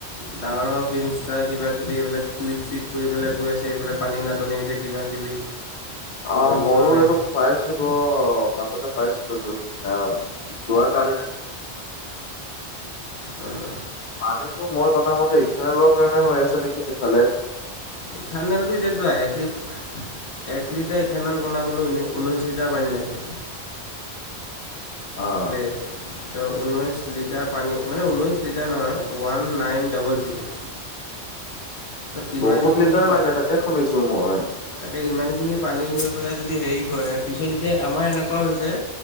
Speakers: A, on the left; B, on the left.
A: ডাঙৰ-ডাঙৰ ফিল্ম ষ্টাৰ কিবা-কিবি এইবিলাক টুইট-চুইট কৰি পেলাই গৈ আছে এইফালে পানী নাটনি হৈছে কিবা - কিবি।
B: অ
A: বৰষুণ
B: ময়ো
A: নাই
B: এইটো পাইছিলো অ মাজতে পাইছিলো তো, আহ যোৱাকালি নে
A: উম
B: পানীটো মই জনামতে ইথেনেলৰ কাৰণে হৈ আছে নেকি সিফালে?
A: ইথানেলটো এতিয়া থোৱা একলিত এক লিটাৰ ইথানেল বনাবলৈ ঊনৈ - ঊনৈছ লিটাৰ পানী লাগে।
B: অ।
A: তে, ত ঊনৈছ লিটাৰ পানী মানে ঊনৈছ লিটাৰ নহয়, ওৱান নাইন ডাবল জিৰ'। তো তিমানখিনি
B: বহুত লিটাৰ
A: পা
B: লাগে তাকে শুনিছো মই।
A: তাকে ইমানখিনি পানী লৈ পেলাই যদি হেৰি কৰে, পিছত এতিয়া আমাৰ এনেকুৱা হৈছে